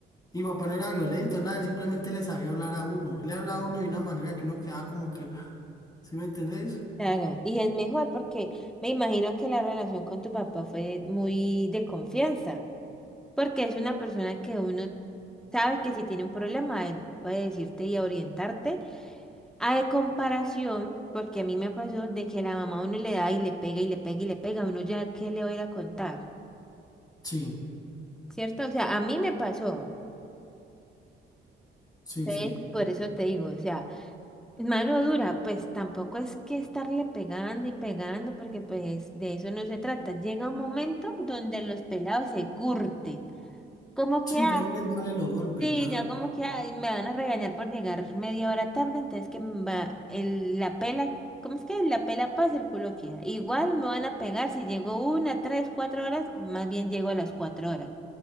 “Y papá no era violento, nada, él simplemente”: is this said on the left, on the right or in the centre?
Left